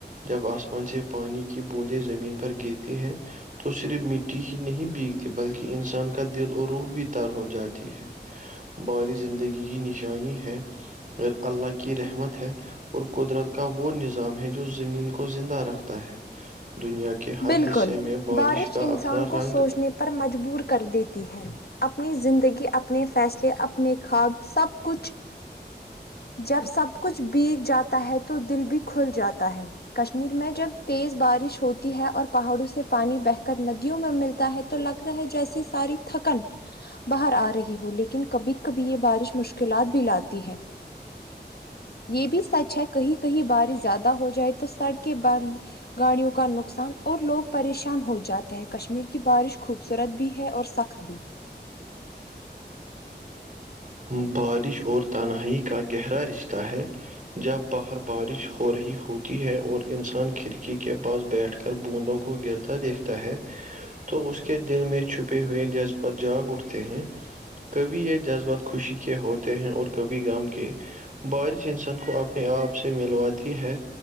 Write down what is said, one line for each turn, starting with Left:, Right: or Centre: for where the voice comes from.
Right: جب آسمان سے پانی کی بوندیں زمین پر گرتی ہیں تو صرف مٹی ہی نہیں بیگتی بلکہ انسان کا دل اور روح بھی تر ہو جاتی ہے بارش زندگی کی نشانی ہے اور اللہ کی رحمت ہے اور قدرت کا وہ نظام ہے جو زمین کو زندہ رکھتا ہے دنیا کے ہر
Left: بالکل
Right: حصے میں
Left: بارش
Right: کا
Left: انسان
Right: اپنا
Left: کو
Right: رنگ
Left: سوچنے پر مجبور کر دیتی ہے اپنی زندگی اپنے فیصلے اپنے خواب سب کچھ جب سب کچھ بیگ جاتا ہے تو دل بھی کھل جاتا ہے کشمیر میں جب تیز بارش ہو تی ہے اور پہاڑوں سے پانی بہ کر ندیوں میں ملتا ہے تو لگتا ہے جیسی ساری تھکن باہر آ رہی ہو لیکن کبھی کبھی یہ بارش مشکلات بھی لاتی ہے یہ بھی سچ ہے کہیں کہیں بارش زیادہ ہو جائے تو سڑکیں بند گاڑیوں کا نک نقصان اور لوگ پریشان ہو جاتے ہیں کشمیر کی بارش خوبصورت بھی ہے اور سخت بھی
Right: بارش اور تنہائی کا گہرا رشتہ ہے جب باہر بارش ہو رہی ہوتی ہے اور انسان کھڑکی کے پاس بیٹھ کر بوندوں کو گرتا دیکھتا ہے تو اس کے دل میں چھپے ہوئے جذبات جاگ اٹھتے ہیں کبھی یہ جذبات خوشی کے ہوتے ہیں اور کبھی غم کے بارش انسان کو آپ آپ سے ملواتی ہے